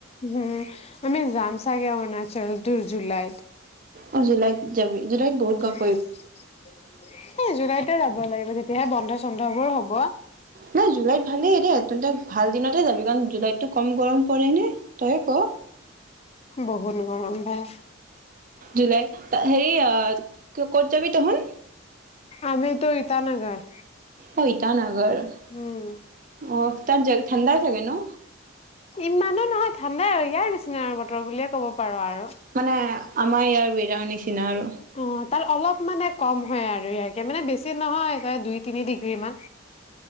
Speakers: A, on the left (about 30°); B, on the right (about 40°).
A: উম আমি যাম চাগে অৰুণাচল তিনি জুলাইত
B: অ জুলাইত যাবি জুলাইত বহুত গৰম
A: <unintelligible> এই জুলাইতে যাব লাগিব তেতিয়াহে বন্ধ চন্ধ বোৰ হব
B: নাই জুলাইত ভালেই দেই তেন্তে ভাল দিনতে যাবি কাৰণ জুলাইতটো কম গৰম পৰে নে তইয়ে ক
A: বহুত গৰম ভাই
B: জুলাই হেৰি ক'ত যাবি তহত
A: আমি তো ইটানগৰ
B: অ ইটানগৰ অ
A: উম
B: অ তাত যাবি থঠণ্ডা ছাগে ন
A: ইমানো নহয় ঠাণ্ডাই আৰু ইয়াৰ নিচিনা আৰু বতৰ বুলিয়ে ক'ব পাৰা আৰু
B: মানে আমাৰ ইয়াৰ জেগাৰ নিচিনা আৰু
A: অ তাত অলপ মানে কম হয় আৰু মানে বেছি নহয় দুই তিনি ডিগ্ৰী মান